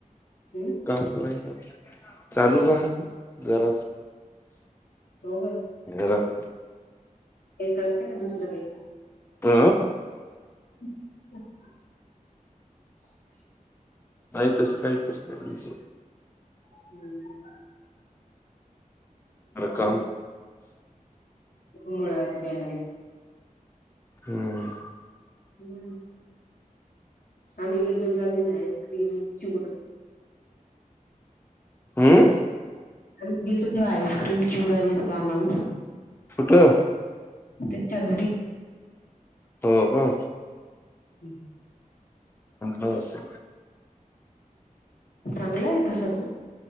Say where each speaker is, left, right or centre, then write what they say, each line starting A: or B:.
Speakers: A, on the left (about 85°); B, on the left (about 15°).
A: अं?
B: बरंय काय चालू राहते जरास.
A: दोघं
B: घरात
A: काही करते का दुसरं काही?
B: अ?
A: <inaudible>
B: नाही तस कायतर काय दिस
A: हम्
B: काम
A: मुळज काही नाही
B: हं.
A: हं. आम्ही गेलो त्या ती आईस्क्रीम च्यू
B: हम्म
A: आणि आइस्क्रीम चिवडा दिल त आम्हाला
B: फुटो
A: ते चांदरी
B: हो का
A: हम्
B: हच सर
A: चांगला आहे तस तू